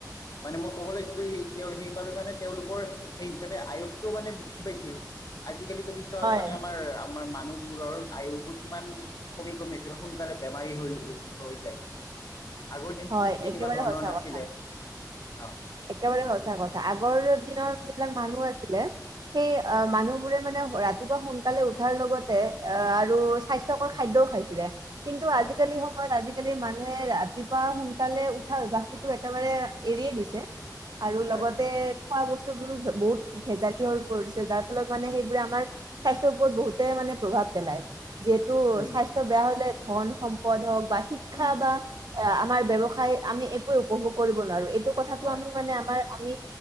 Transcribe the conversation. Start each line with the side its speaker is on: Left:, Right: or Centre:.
Left: মানে মই ক'ব লাগিছিলো সেই তেওঁ সেইবাবে মানে তেওঁলোকৰ, সেই হিচাপে আয়সটোও মানে বৃদ্ধি পাইছিল আজি তুমি তুমি চোৱা
Right: হয়,
Left: মানে আমাৰ, আমাৰ মানুহ মোৰৰ আয়ুসবোৰ কিমান কমি কমি আহিছে বা সোনকালে বেমাৰী হৈ হৈ যায়। আগৰ দিনতো
Right: হয়
Left: তেনেকুৱা
Right: একেবাৰে
Left: ধৰণৰ
Right: সঁচা
Left: নাছিলে।
Right: কথা।
Left: অহ।
Right: একেবাৰে সঁচা কথা, আগৰ দিনৰ যিবিলাক মানুহ আছিলে সেই অ' মানুহ বোৰে মানে ৰাতিপুৱা সোনকালে উঠাৰ লগতে অ' আৰু স্বাস্থ্যকৰ খাদ্যও খাইছিলে। কিন্তু
Left: হয়
Right: আজিকালি সময়ত আজিকালি মানুহ মানুহে ৰাতিপুৱা সোনকালে উঠা অভ্যাসটো একেবাৰে এৰিয়ে দিছে। আৰু
Left: হয়
Right: লগতে খোৱা-বস্তু বোৰো বহুত ভেজাল হৈ পৰিছে যাৰ ফলত মানে সেইবোৰে আমাৰ স্বাস্থ্যৰ ওপৰত বহুতে মানে প্ৰভাৱ পেলায়। যিহেতু
Left: উম,
Right: স্বাস্থ্য বেয়া হ'লে ধন সম্পদ হওক বা শিক্ষা
Left: উম,
Right: বা আ আমাৰ ব্যৱসায় আমি একোৱে উপভোগ কৰিব নোৱাৰো এ আমি
Left: নোৱাৰি
Right: মানে আমাৰ আমি